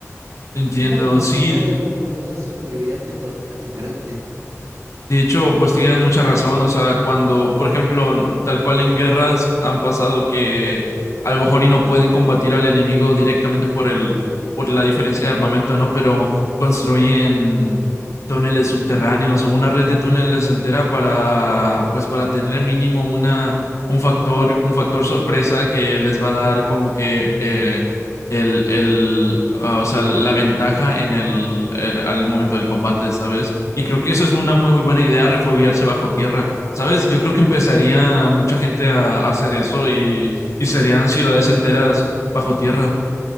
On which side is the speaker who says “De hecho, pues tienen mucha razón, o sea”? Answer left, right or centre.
Left